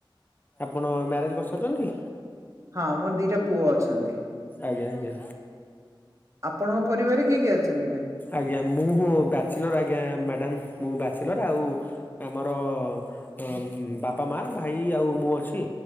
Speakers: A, on the left; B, on the right.
A: ଆପଣ ମ୍ୟାରେଜ୍ କରିସାରଚନ୍ତି?
B: ହଁ ମୋର ଦିଟା ପୁଅ ଅଛନ୍ତି।
A: ଆଜ୍ଞା ଆଜ୍ଞା।
B: ଆପଣଙ୍କ ପରିବାରରେ କିଏ କିଏ ଅଛନ୍ତି ଭାଇ?
A: ଆଜ୍ଞା ମୁଁ ହୁଁ ବ୍ୟାଚଲର୍ ଆଜ୍ଞା ମାଡ଼ାମ୍ ମୁଁ ବ୍ୟାଚଲର୍ ଆଉ ଆମର ଅ ବାପା ମା ଭାଇ ଆଉ ମୁଁ ଅଛି।